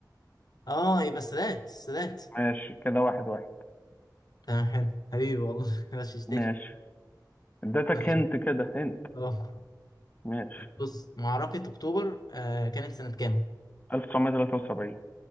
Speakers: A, on the left (about 60°); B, on the left (about 20°).
A: اه يبقى السادات السادات
B: ماشي كده واحد واحد
A: تمام حلو حبيبي والله <laughs> غششتني
B: ماشي اديتك
A: ماشي
B: هنت كده هنت
A: اه
B: ماشي
A: بص معركة اكتوبر آه كانت سنة كام
B: 1973